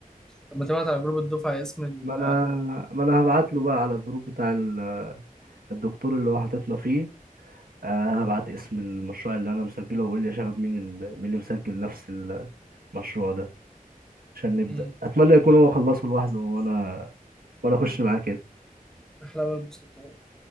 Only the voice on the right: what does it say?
ما انا ما انا هبعت له بقى على الجروب بتاع ال- الدكتور اللي هو حاططنا فيه آه، هبعت اسم المشروع اللي انا مسجله واقول لي يا شباب مين ال... مين اللي مسجل نفس المشروع ده عشان نبدأ
اتمنى يكون هو خلصه لوحده وانا وانا اخش معاه كده